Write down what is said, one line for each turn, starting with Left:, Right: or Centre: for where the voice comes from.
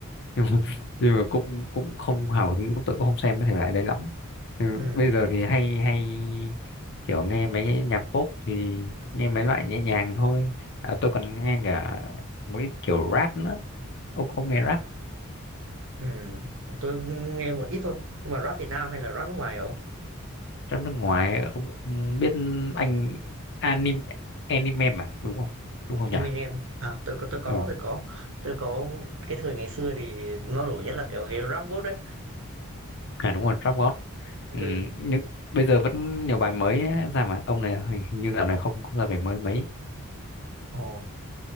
Left: nhưng mà,
Right: Ừm,
Left: nhưng mà cũng cũng không hào hứng cũng tự cũng không xem cái thể loại đấy lắm ừ.
Right: ừm,
Left: bây giờ thì hay hay kiểu nghe mấy nhạc pop thì nghe mấy loại nhẹ nhàng thôi à, tôi còn nghe cả một ít kiểu rap nữa ông ông nghe rap
Right: ừm, tôi nghe một ít thôi. Nhưng mà Rap Việt Nam hay là Rap nước ngoài không
Left: phim nước ngoài ông, ông biết anh anime anime mà đúng không đúng không
Right: Eminem.
Left: nhỉ
Right: À, tôi có tôi có,
Left: ừ
Right: tôi có. Tôi có cái thời ngày xưa thì nó nổi nhất là kiểu cái Rap God đấy.
Left: à đúng rồi Rap God ừ,
Right: Ừ.
Left: nhưng bây giờ vẫn nhiều bài mới ấy ra mà ông này hình hình như dạo này không không ra bài mới mấy <laughs>
Right: Ồ.